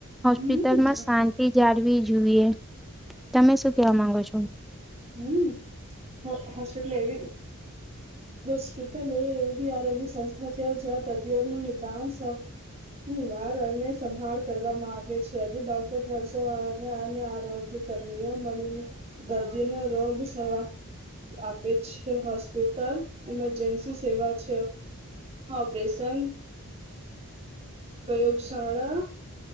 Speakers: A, in the centre; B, on the right (about 30°).
A: હોસ્પિટલમાં
B: હમ
A: શ શાંતિ જાળવી જોઈએ તમે શું કેવા માંગો છો?
B: હમ્મ હાસ્પિટલ એટલે હોસ્પિટલ એ એવી આરોગ્ય સંસ્થા છે, જ્યાં દર્દીઓ ન નિદાન હ વાર અને સંભાળ કરવામાં આવે છે, અને ડોક્ટર નર્સો અને આ આરોગ્ય કર્મીઓ મળીને દર્દીઓનો રોગ સવા આપે છે. હોસ્પિટલ ઇમરજન્સી સેવા છે ઓપરેશન પ્રયોગશાળા